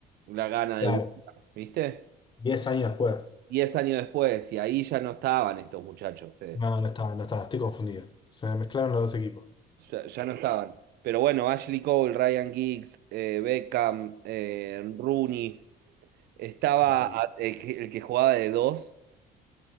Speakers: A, on the right (about 70°); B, on the left (about 30°).
A: la gana
B: Claro,
A: de UEFA, ¿viste?
B: 10 años después.
A: 10 años después, y ahí ya no estaban estos muchachos, Fede.
B: No, no estaba, no estaba, estoy confundido. Se me mezclaron los dos equipos.
A: Ya, ya no estaban. Pero bueno, Ashley Cole, Ryan Giggs, eh, Beckham, eh, Rooney, estaba
B: Terrible.
A: a- el, que el que jugaba de dos.